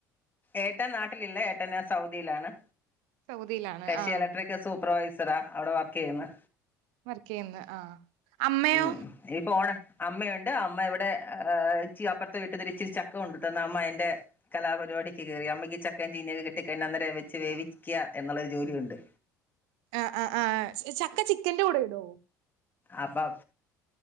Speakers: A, on the left; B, on the right.
A: ഏട്ടൻ നാട്ടിലില്ല ഏട്ടന് സൗദിയിലാണ്.
B: സൗദിയിലാണ്
A: കക്ഷി
B: ആഹ്
A: ഇലക്ട്രിക് സൂപ്പർവൈസറാ അവിടെ വർക്കിയ്യുന്നു.
B: വർക്കിയ്യുന്നു. ആഹ്. അമ്മയോ?
A: മ് ഇപ്പൊ ഓണ അമ്മയുണ്ട് അമ്മ ഇവിടെ ഇച്ചി അപ്പുറത്ത് വീട്ടിന്ന് ഇച്ചിരി ചക്ക കൊണ്ട തന്ന അമ്മ എന്റെ കലാപരിപാടിക്ക് കയറി അമ്മയ്ക്ക് ചക്കൻ ചീനൊക്കെ കിട്ടി കഴിഞ്ഞ അന്നരം വെച്ച് വേവിക്കുക എന്നുള്ളരു ജോലിയ ഉണ്ട്
B: ആ ആ ആ ചക്ക ചിക്കന്റെ കൂടെ ഇടോ
A: അപ്പൊ